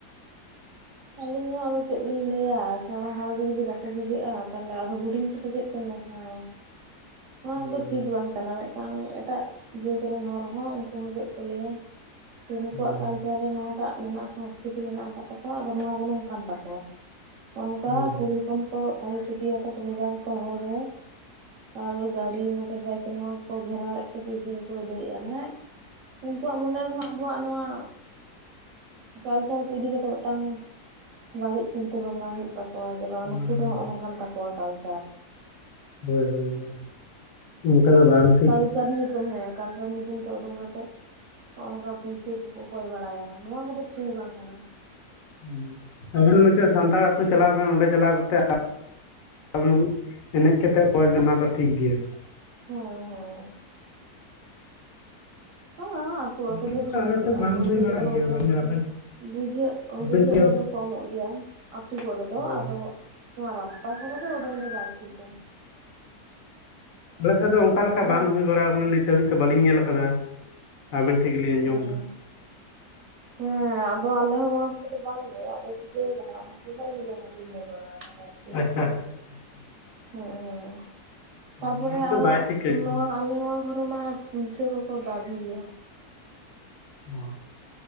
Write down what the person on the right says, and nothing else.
ᱟᱹᱞᱤᱧ ᱦᱚᱸ ᱟᱫᱚ ᱪᱮᱜ ᱞᱤᱧ ᱞᱟᱹᱭᱟ ᱥᱮᱬᱟ ᱦᱚᱲ ᱜᱮ ᱡᱩᱫᱤ ᱵᱟᱠᱚ ᱵᱩᱡᱷᱟᱹᱜᱼᱟ ᱛᱟᱦᱞᱮ ᱟᱫᱚ ᱦᱩᱰᱤᱧ ᱠᱚᱫᱚ ᱪᱮᱫ ᱾ ᱠᱚ ᱧᱮᱞ ᱥᱮᱲᱟᱭᱟ ᱾
ᱚᱱᱟ
ᱠᱚᱫᱚ
ᱴᱷᱤᱠ ᱵᱟᱝ ᱠᱟᱱᱟ ᱢᱮᱫᱴᱟᱝ ᱮᱴᱟᱜ ᱡᱟᱹᱛ ᱨᱮᱱ ᱦᱚᱲ ᱦᱚᱸ ᱩᱱᱠᱩ ᱦᱚᱸ ᱪᱮᱜ ᱠᱚ ᱞᱟᱹᱭᱟ ᱾ ᱱᱩᱠᱩᱣᱟᱜ
ᱠᱟᱢᱥᱟᱣ ᱨᱮ ᱱᱚᱣᱟᱴᱟᱜ ᱢᱮᱱᱟᱜᱼᱟ ᱥᱚᱝᱥᱠᱨᱤᱛᱤ ᱢᱮᱱᱟᱜ ᱟᱠᱟᱫ ᱛᱟᱠᱚᱣᱟ ᱾ ᱟᱫᱚ ᱱᱚᱣᱟ ᱫᱚ ᱱᱚᱝᱠᱟᱱ ᱛᱟᱠᱚᱣᱟᱜ ᱚᱼᱱᱚᱝᱠᱟ
ᱠᱩᱲᱤ ᱾ ᱦᱚᱯᱚᱱ ᱠᱚ <unintelligible> ᱟᱛᱮᱱ ᱠᱚ ᱵᱷᱮᱡᱟ ᱠᱟᱠᱚᱣᱟ ᱦᱚᱲ ᱨᱮ ᱾ ᱟᱨ ᱜᱟᱹᱰᱤ ᱢᱚᱴᱚᱨ ᱥᱟᱭᱠᱮᱞ ᱱᱚᱣᱟ ᱠᱚᱠᱚ ᱜᱷᱮᱨᱟᱣᱮᱫ ᱛᱮ ᱯᱩᱭᱥᱟᱹ ᱠᱚᱠᱚ ᱟᱹᱫᱟᱹᱭᱮᱫᱼᱟ ᱢᱟᱱᱮ ᱾ ᱩᱱᱠᱩᱣᱟᱜ ᱢᱚᱱᱮ ᱨᱮᱦᱚᱸ ᱟᱵᱚᱣᱟᱜ ᱱᱚᱣᱟ ᱠᱟᱞᱥᱟᱨ ᱠᱚ ᱤᱫᱤ ᱠᱟᱛᱮ ᱢᱤᱫᱴᱟᱝ ᱵᱟᱲᱤᱡ ᱪᱤᱱᱛᱟᱹ ᱵᱷᱟᱵᱽᱱᱟ ᱦᱩᱭᱩᱜ ᱛᱟᱠᱚᱣᱟ ᱡᱮ ᱵᱟᱝ
ᱱᱩᱠᱩ
ᱫᱚ ᱦᱚᱸᱜ ᱚᱼ ᱱᱚᱝᱠᱟᱱ ᱛᱟᱠᱚᱣᱟ ᱠᱟᱞᱪᱟᱨ ᱾
ᱠᱟᱭᱪᱟᱨ ᱧᱩᱛᱩᱢ ᱦᱮᱸ ᱠᱟᱞᱪᱟᱨ ᱧᱩᱛᱩᱢ ᱛᱮ ᱩᱰᱩᱝ ᱠᱟᱛᱮᱫ ᱾ ᱦᱚᱸ ᱚᱝᱠᱟ ᱯᱩᱭᱥᱟᱹ ᱠᱚᱠᱚ ᱠᱚᱭ ᱵᱟᱲᱟᱭᱟ ᱱᱚᱣᱟ ᱠᱚᱫᱚ ᱴᱷᱤᱠ ᱵᱟᱝ ᱠᱟᱱᱟ ᱾
ᱦᱮᱸ ᱦᱮᱸ ᱾ ᱦᱮᱸ ᱟᱸ ᱟᱹᱛᱩ ᱟᱹᱛᱩ
ᱫᱚ ᱴᱷᱤᱠ
ᱜᱮᱭᱟ
ᱚᱠᱚᱭ
ᱵᱩᱡᱷᱟᱹᱜ
ᱦᱚᱲ
ᱫᱚ
᱾
ᱵᱩᱡᱷᱟᱹᱜ
ᱵᱩᱡᱷᱟᱹᱜ
ᱦᱚᱲ ᱫᱚᱠᱚ ᱮᱢᱚᱜ ᱜᱮᱭᱟ ᱟᱹᱛᱩ ᱠᱚᱨᱮᱫᱚ
ᱟᱫᱚ
᱾ ᱱᱚᱣᱟ ᱨᱟᱥᱛᱟ ᱠᱚᱨᱮ ᱫᱚ ᱚᱰᱚᱝᱫᱚ ᱵᱟᱭ ᱴᱷᱤᱠᱟ ᱾
ᱟᱨᱦᱚᱸ
ᱚᱸ
ᱦᱮᱸ ᱟᱫᱚ ᱟᱞᱮᱦᱚᱸ ᱱᱚᱣᱟ ᱠᱚᱨᱮ ᱫᱚ ᱵᱟᱝ ᱜᱮ ᱟᱫᱚ ᱪᱤᱠᱟᱹᱣ ᱠᱟᱱᱟ ᱚᱱᱟ ᱥᱳᱥᱟᱞ ᱢᱤᱰᱤᱭᱟ ᱞᱤᱧ ᱧᱮᱞ ᱵᱟᱲᱟ ᱠᱟᱫᱟ ᱟᱨᱠᱤ ᱾
ᱦᱮᱸ ᱦᱮᱸ ᱛᱟᱨᱯᱚᱨᱮ
ᱟᱨᱚ
ᱱᱚᱣᱟ ᱟᱞᱮ ᱱᱚᱣᱟ ᱠᱚᱨᱮ ᱢᱟ ᱯᱩᱭᱥᱟᱹ ᱠᱚᱠᱚ ᱫᱟᱵᱤᱭᱟ ᱾